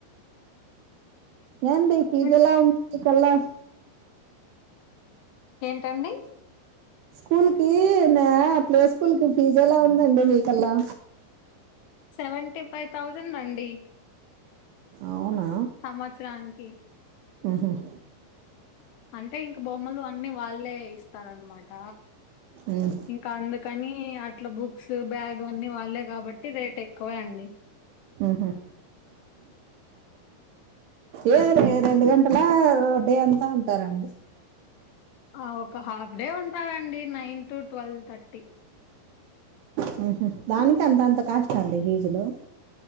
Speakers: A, on the right (about 80°); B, on the left (about 80°).
A: ఎండి ఫీజుఎలా
B: హ్మ్.
A: ఉంది మీ కల్లా
B: ఏంటండి
A: స్కూల్ కి నె ప్లే స్కూల్ కి ఫీజ్ ఎలా ఉందండి నీకలా
B: సేవేంటీ ఫైవ్ థౌజండ్ అండి
A: అవునా
B: సంవత్సరానికి
A: ఉ హుమ్
B: అంటే ఇంక బొమ్మలు అన్ని వాళ్ళే ఇస్తారనమాట
A: హ్మ్
B: ఇంకా అందుకని అట్లా బుక్స్ బ్యాగు అన్ని వాళ్ళే కాబట్టి రేట్ ఎక్కువే అండి
A: ఊహ్మ్ ఏ రెండు గంటల డే అంతా ఉంటారండి
B: ఆ ఒక హాఫ్ డే ఉంటారండి నైన్ టు ట్వెల్వ్ థర్టీ
A: హ్మ్ దానికి అంత అంత కాష్ట అండి ఫీజులు